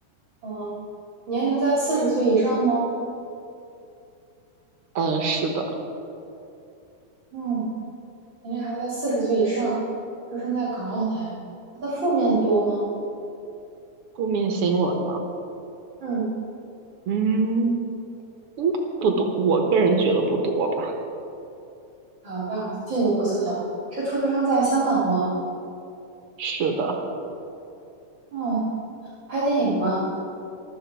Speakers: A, on the right (about 40°); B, on the right (about 55°).
A: 嗯。年龄在四十岁以上吗？
B: 呃，是的。
A: 嗯，年龄还在四十岁以上，出生在港澳台。他的负面多吗？
B: 负面新闻呢？
A: 嗯，
B: 嗯，应该不多，我个人觉得不多吧。
A: 好，那我进一步缩小，是出生在香港吗？
B: 是的，
A: 嗯，拍电影吗？